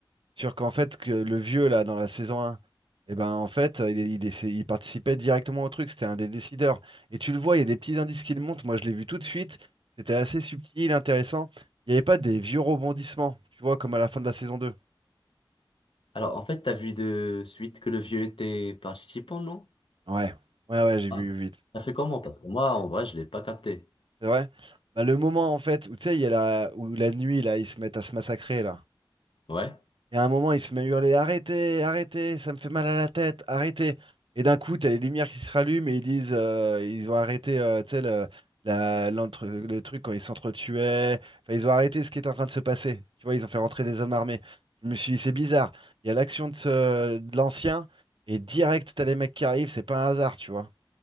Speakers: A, on the right (about 75°); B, on the left (about 75°).
A: sur qu'en fait, que le vieux, là, dans la saison un, eh ben, en fait, il, il essa- il participait directement au truc. C'était un des décideurs. Et tu le vois, il y a des petits indices qui le montrent. Moi, je l'ai vu tout de suite. C'était assez subtil, intéressant. Il n'y avait pas des vieux rebondissements, tu vois, comme à la fin de la saison deux.
B: Alors, en fait, t'as vu de suite que le vieux était participant, non?
A: Ouais, ouais, ouais, j'ai
B: Ah,
A: vu vite.
B: ça fait comment? Parce que moi, en vrai, je l'ai pas capté.
A: C'est vrai? Bah, le moment en fait où tu sais, il y a la... où la nuit là, ils se mettent à se massacrer là.
B: Ouais?
A: Et à un moment, ils se mettent à hurler, arrêtez, arrêtez, ça me fait mal à la tête, arrêtez. Et d'un coup, t'as les lumières qui se rallument et ils disent, euh, ils ont arrêté, euh, tu sais, le, la- l'entre- le truc quand ils s'entretuaient. Enfin, ils ont arrêté ce qui était en train de se passer. Tu vois, ils ont fait rentrer des hommes armés. Je me suis dit, c'est bizarre. Il y a l'action de, ce... de l'ancien et direct, t'as les mecs qui arrivent, c'est pas un hasard, tu vois.